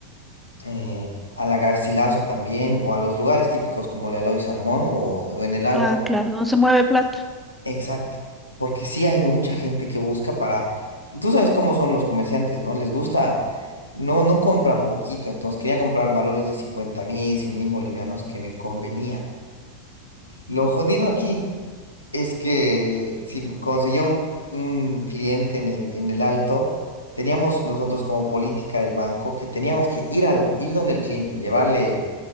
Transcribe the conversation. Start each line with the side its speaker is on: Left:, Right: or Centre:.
Left: Eh, a la Garcilaso también, o a los lugares típicos como la Eloy Salmón o, o en el Alto.
Centre: Ah, claro, no se mueve plata.
Left: Exacto, porque sí hay mucha gente que busca para, tú sabes cómo son los comerciantes, ¿no? Les gusta, no, no compran poquito, entonces quería comprar valores de cincuenta mil, 100 mil bolivianos que me convenía. Lo jodido aquí es que si conseguía un, un cliente en el, en el alto, teníamos nosotros como política del banco que teníamos que ir al, ir donde el cliente, llevarle